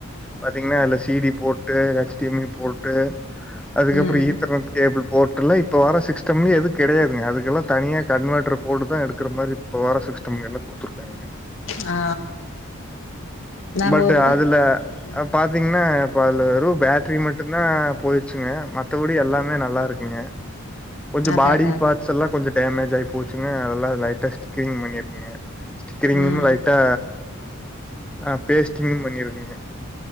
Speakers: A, in the centre; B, on the left.
A: பாத்தீங்கன்னா அதுல சிடி போட்டு ஹெச் டி யம் மை போட்டு அதுக்கப்றோ
B: ம்.
A: ஈத்தர்னட் கேபிள் போட்டுலா இப் இப்போ வர சிஸ்டம்ல எது கெடையாதுங்க அதுக்கெல்லா தனியா கன்வட்டர் போட்டுதா எடுக்குறமாரி இப்போ வர சிஸ்டம் எல்லா குடுத்துருக் காங்க
B: ஆ நாங்க
A: பட்
B: ஒருக்க
A: அதுல
B: ஆ
A: அ பாத்தீங்னா இப்போ அதுல வெறு பட்ரி மட்டுதா போய்ருச்சுங்க மத்தபடி எல்லாமே நல்லாருக்குங்க கொஞ்சோ
B: அதா
A: பாடி
B: அதா அதா
A: பார்ட்ஸ்லா கொஞ்சோ டமேஜ் ஆய் போச்சுங்க அதெல்லா லைட்டா ஸ்டிக்கிங் பண்ணிருக்குங்க ஸ்டிக்கரிங்கு
B: ம்
A: லைட்டா அ பேஸ்ட்டிங்கு பண்ணிருக்குங்க